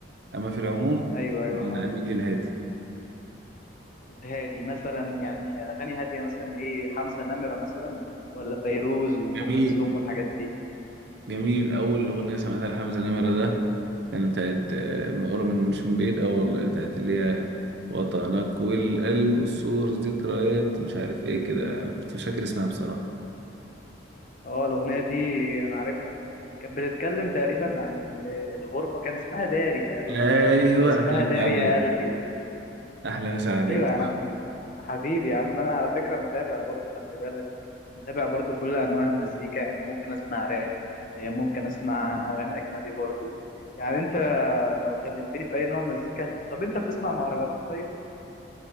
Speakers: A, on the right (about 55°); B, on the left (about 45°).
A: أما في العموم
B: ايوه ايوه
A: أنا
B: فاهم
A: أميل للهادي
B: الهادي مثلا يعني اغاني هاديه مثلا ايه حمزه نمره مثلا ولا فيروز وام
A: جميل
B: كلثوم والحاجات دي
A: جميل أول أغنية سمعتها لحمزة نمرة ده كان بتاعت آه، من قرب من مش من بعيد أوي والله بتاعت اللي هي وطنك والقلب والسور ذكريات مش عارف ايه كده مش فاكر اسمها بصراحة
B: اه الاغنيه دي انا عارفها كانت بتتكلم تقريبا عن ال- الغربه كان اسمها داري تقريبا
A: ايوه
B: او اسمها
A: احلى مسا
B: داري
A: عليك
B: يا قلبي
A: احلى مسا عليك
B: ايوه يا عم حبيبي يا عم انا على فكره متابع برضو خلي بالك متابع برضو كل انواع المزيكا يعني ممكن اسمع راب آه، ممكن اسمع اغاني اجنبي برضو يعني انت لو كلمتني في اي نوع مزيكا هتلاقي- طب انت بتسمع مهرجانات طيب